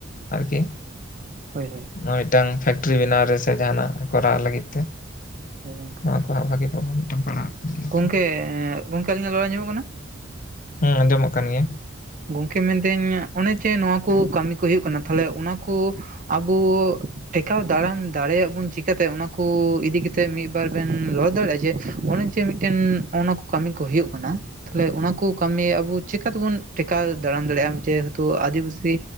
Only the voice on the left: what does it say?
ᱟᱨᱠᱤ᱾
ᱱᱚ ᱢᱤᱫᱴᱟᱝ ᱯᱷᱮᱠᱴᱨᱤ ᱵᱮᱱᱟᱣ ᱨᱮᱥ ᱡᱟᱦᱟᱱᱟᱜ ᱠᱚᱨᱟᱣ ᱞᱟᱹᱜᱤᱫ ᱛᱮ᱾
ᱱᱚᱣᱟ ᱠᱚᱣᱟᱜ ᱵᱷᱟᱜᱤ ᱯᱨᱚᱵᱷᱟᱵᱽ ᱢᱤᱫᱴᱟᱝ ᱯᱟᱲᱦᱟᱜ ᱠᱟᱱ ᱜᱮᱭᱟ᱾ ᱟᱨᱠᱤ
ᱦᱩᱸ ᱟᱸᱡᱚᱢᱚᱜ ᱠᱟᱱ ᱜᱮᱭᱟ᱾